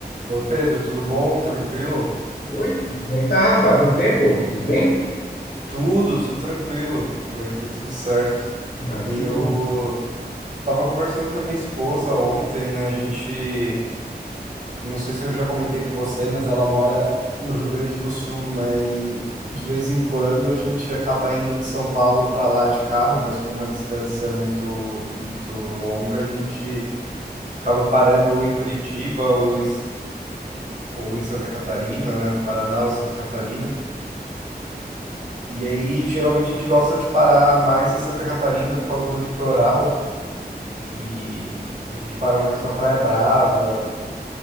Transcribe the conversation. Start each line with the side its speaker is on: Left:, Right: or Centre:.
Right: Oi, Pedro, tudo bom? Tranquilo?
Left: Oi, como é que tá, Rafa? Quanto tempo? Tudo bem?
Right: Tudo, tudo tranquilo. Por aqui tudo certo.
Left: Ah,
Right: E
Left: que
Right: eu
Left: bom.
Right: tava conversando com a minha esposa ontem, né? A gente, não sei se eu já comentei com você, mas ela mora no Rio Grande do Sul, né? E de vez em quando a gente acaba indo de São Paulo para lá de carro, mas com uma distância é muito muito longa, a gente acaba parando ou em Curitiba ou em, ou em Santa Catarina, né? Paraná ou Santa Catarina. E aí, geralmente, a gente gosta de parar mais em Santa Catarina por causa do litoral. E a gente parou antes na Praia Brava,